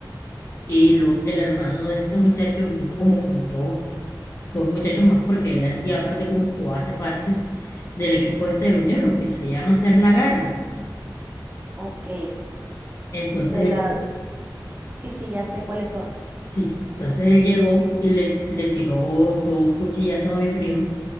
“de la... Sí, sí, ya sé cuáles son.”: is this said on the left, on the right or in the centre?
Right